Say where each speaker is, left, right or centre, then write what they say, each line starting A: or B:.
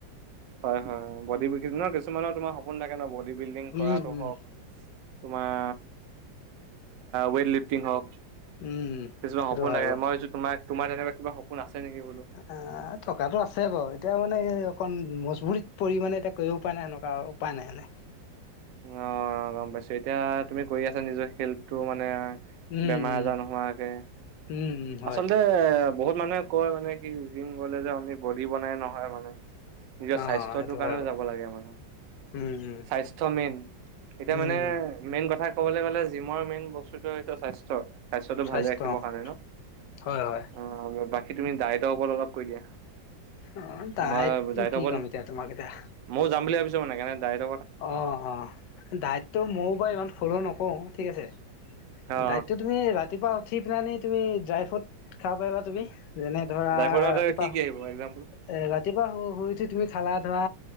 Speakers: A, on the right (about 75°); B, on the left (about 75°).
A: হয় হয় বডি বিল্ডিং ন কিছুমানৰ তোমাৰ সপোন থাকে ন বডি বিল্ডিং কৰাটো
B: উম উম
A: হওক, তোমাৰ ৱেইট লিফটিং হওক
B: উম উম
A: কিছুমান
B: সেইটো
A: সপোন
B: হয়
A: থাকে।
B: বাৰু
A: মই ভছো তোমাৰ, তোমাৰ তেনেকুৱা কিবা সপোন আছে? নেকি বোলো
B: অ, থকাতটো আছে বাৰু এতিয়া মানে এই অকন মজবুৰিত পৰিমাণে এতিয়া কৰিব পৰা নাই সেনেকুৱা মানে উপায় নাই মানে।
A: অ' গম পাইছো। এতিয়া তুমি কৰি আছা নিজৰ হেলথটো মানে
B: উম
A: বেমাৰ
B: উম
A: আজাৰ নোহোৱাকে
B: উম, উম হয়।
A: আচলতে বহুত মানুহে কয় মানে কি জিম গ'লে যে অনলি বডি বনে নহয় মানে নিজৰ
B: অ',
A: স্বাস্থ্যটোৰ
B: সেইটো
A: কাৰণেও
B: হয় বাৰু।
A: যাব লাগে মানে।
B: উম, উম,
A: স্বাস্থ্য মেইন। এতিয়া
B: উম,
A: মানে মেইন কথা ক'বলৈ গ'লে জিমৰ মেইন বস্তুত হৈছে স্বাস্থ্য। স্বাস্থ্যয়টো
B: স্বাস্থ্য
A: ভালে ৰাখিবৰ
B: অ',
A: কাৰণে ন।
B: হয়, হয়।
A: অ বাকী তুমি দাইতৰ ওপৰত অলপ কৈ দিয়া।
B: অ', ডায়েটটো
A: মই দায়টত
B: কি
A: ওপৰত,
B: ক'ম এতিয়া তোমাক এতিয়া
A: মইও যাম বুলি ভাবিছো মানে হেইকাৰণে দাইট
B: অ, অ দাইতটো ময়ো বাৰু ইমান ফল নকৰো। ঠিক আছে
A: অ
B: দাইতটো তুমি ৰাতিপুৱা উঠি প নি তুমি ড্ৰাই ফ্ৰুট খাব পাৰিবা তুমি যেনে ধৰা
A: ড্ৰাইভৰ
B: ৰাতিপুৱা
A: কি
B: এ,
A: কি আহিব এক্জাম্পল
B: ৰাতি ৰাতিপুৱা শুই উঠি তুমি খালা ধৰা,